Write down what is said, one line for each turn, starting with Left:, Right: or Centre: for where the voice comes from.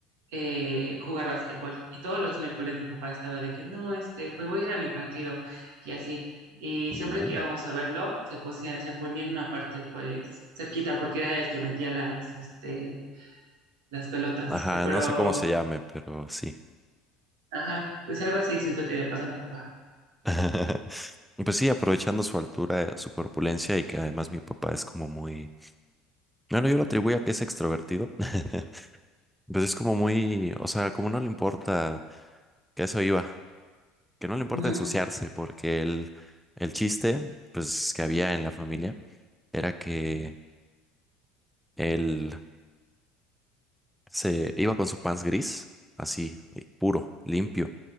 Right: eh, jugar básquetbol. Y todos los miércoles mi papá estaba de que no, este, pues voy a ir a mi partido y así. Y
Centre: No.
Right: siempre que íbamos a verlo, se posía- se ponía en una parte pues cerquita porque era el que metía las, este, las pelotas.
Centre: Ajá,
Right: Pero,
Centre: no sé cómo se llame, pero sí.
Right: ajá, pues algo así siento que le pasa a tu papá.
Centre: <laughs> Pues sí, aprovechando su altura, su corpulencia y que además mi papá es como muy Bueno, yo lo atribuyo a que es extrovertido. <laughs> Pues es como muy, o sea, como no le importa, que a eso iba, que no le importa
Right: Ujú,
Centre: ensuciarse, porque el, el chiste, pues, que había en la familia era que él se iba con su pants gris, así, y puro, limpio,